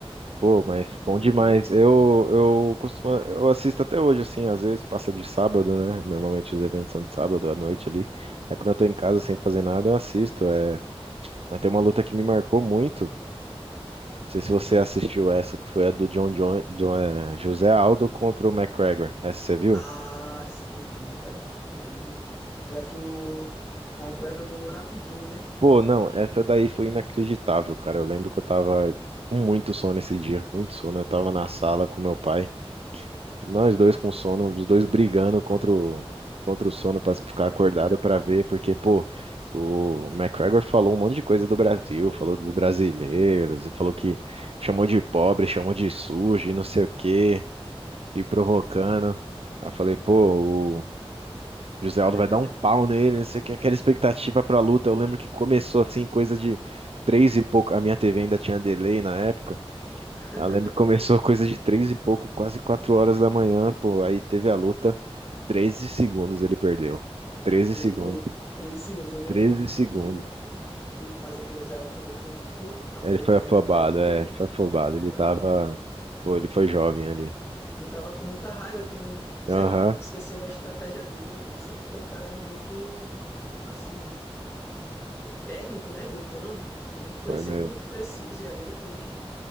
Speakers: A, on the right; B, on the left.
A: Pô, mas
B: Ele podia
A: bom demais.
B: ter batido.
A: Eu, eu costumo, eu assisto até hoje, assim, às vezes passa de sábado, né? Normalmente os eventos são de sábado à noite ali. Aí quando eu tô em casa sem fazer nada, eu assisto. É... Mas tem uma luta que me marcou muito. Não sei se você assistiu essa, que foi a do John, John, John- é, José Aldo contra o McGregor. Essa você viu?
B: Ah, sim, vi, cara. Vi. Foi aqui o McGregor ganhou rapidinho, né? Nocaute.
A: Pô, não, essa daí foi inacreditável, cara. Eu lembro que eu tava com muito sono esse dia, muito sono. Eu tava na sala com meu pai, nós dois com sono, os dois brigando contra o, contra o sono pra ficar acordado
B: <laughs>
A: pra ver, porque, pô, o McGregor falou um monte de coisa do Brasil,
B: Falou.
A: falou dos brasileiros
B: É,
A: e falou que chamou de pobre, chamou de sujo e não sei o quê, e provocando.
B: é.
A: Aí Eu falei, pô, José Aldo
B: <laughs>
A: vai dar um pau nele, não sei o que, aquela expectativa pra luta. Eu lembro que começou assim, coisa de três e pouco. A minha TV ainda tinha delay na época.
B: <laughs>
A: Eu lembro que começou <laughs> coisa de três e pouco, quase quatro horas da manhã, pô. Aí teve a luta, treze segundos ele perdeu. treze
B: Tre-
A: segundos,
B: Foi treze segundos, eu lembro
A: 13
B: bem.
A: segundos.
B: O, o, mas o José Josel também foi muito afoito,
A: Ele foi afobado,
B: né? Aquela luta,
A: é,
B: cara.
A: ele foi afobado.
B: É,
A: Ele tava.
B: pô.
A: Pô, ele foi jovem ali.
B: Ele tava com muita raiva que não, sei
A: Aham,
B: lá, esqueceu da estratégia dele, né? Que ele sempre foi um cara muito, assim, técnico, né? Lutando. Foi muito, pre-
A: foi
B: sempre
A: mesmo.
B: foi muito preciso. E ali ele foi,